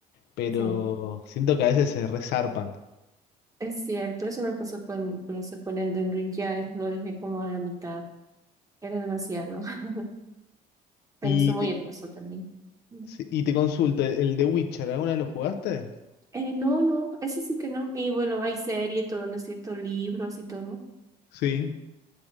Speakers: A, on the left (about 80°); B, on the right (about 20°).
A: Pero
B: Sí,
A: siento que a veces se resarpan.
B: es cierto, eso me pasó con, con eso, con Elden Ring, ya eh, lo dejé como a la mitad, era demasiado, <laughs> pero
A: Y
B: está muy
A: te,
B: hermoso también. Mm.
A: sí, y te consulto, ¿el, el de Witcher, ¿alguna vez lo jugaste?
B: Eh, no, no, ese sí que no, y bueno, hay serie, y todo, no es cierto, libros y todo,
A: Sí,